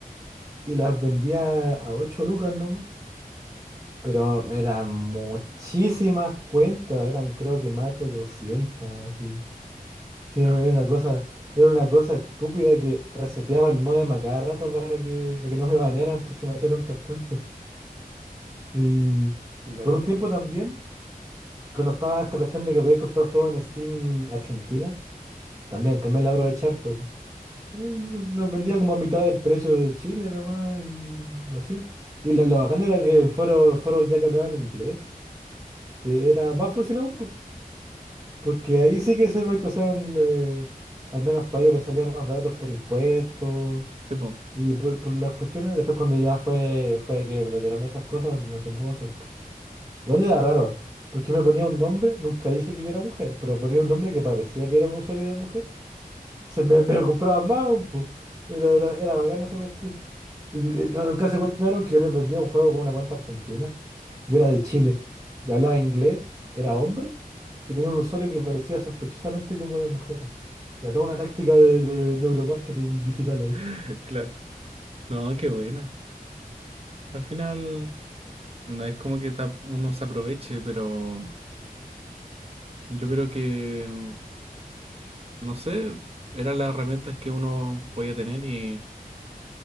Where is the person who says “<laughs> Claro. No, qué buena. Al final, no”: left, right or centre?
Right